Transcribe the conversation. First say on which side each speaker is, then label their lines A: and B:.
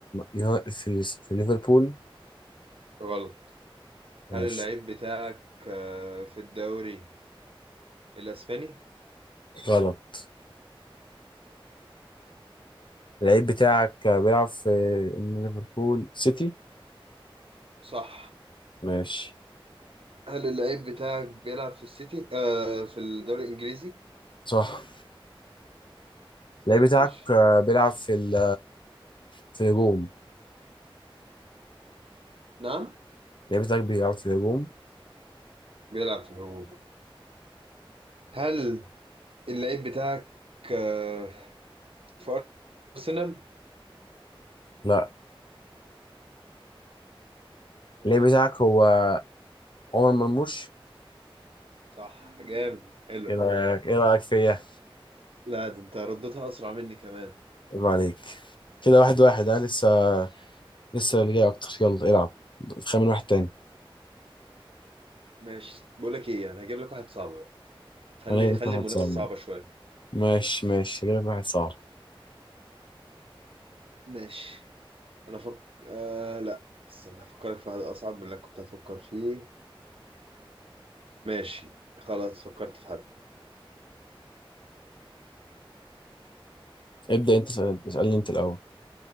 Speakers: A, on the left; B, on the right.
A: يوناي- في في ليفربول
B: غلط
A: ماشي
B: هل اللعيب بتاعك آه، في الدوري الاسباني
A: غلط اللعيب بتاعك بيلعب في من ليفربول سيتي
B: صح
A: ماشي
B: هل اللعيب بتاعك بيلعب في السيتي آه في الدوري الإنجليزي؟
A: صح
B: ماشي
A: اللعيب بتاعك بيلعب في ال... في الهجوم
B: نعم
A: اللعيب بتاعك بيلعب في الهجوم
B: بيلعب في الهجوم هل اللعيب بتاعك آه في أرسنال؟
A: لا
B: ماشي
A: اللعيب بتاعك هو عمر مرموش
B: صح جامد حلو
A: ايه رأيك ايه رأيك فيا
B: لا ده انت ردتها أسرع مني كمان
A: عيب عليك كده واحد واحد ها لسه لسه اللي جاي اكتر يلا العب خمن واحد تاني
B: ماشي بقول لك ايه انا هجيب لك واحد صعب بقى خلي
A: وانا جايب لك
B: خلي
A: واحد
B: المنافسة
A: صعب
B: صعبة شوية
A: ماشي ماشي جايب لك واحد صعب
B: ماشي انا فك آه لا استنى هفكرك في حد أصعب من اللي أنا كنت هفكر فيه ماشي خلاص فكرت في حد
A: ابدأ انت اسأل- اسألني انت الاول